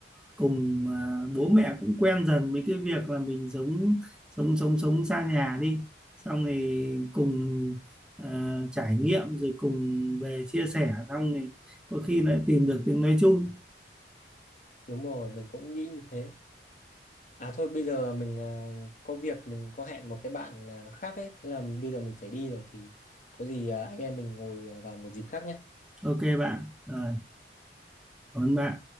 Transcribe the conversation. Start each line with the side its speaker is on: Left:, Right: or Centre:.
Centre: cùng à, bố mẹ cũng quen dần với cái việc là mình sống sống sống sống xa nhà đi. Xong thì cùng à, trải nghiệm rồi cùng về chia sẻ xong thì có khi lại tìm được tiếng nói chung.
Left: đúng rồi mình cũng nghĩ như thế à thôi bây giờ mình à, có việc mình có hẹn một cái bạn à, khác ấy thế là bây giờ mình phải đi rồi thì có gì à, anh em mình ngồi à, vào một dịp khác nhé
Centre: Ok bạn. Rồi, cảm ơn bạn.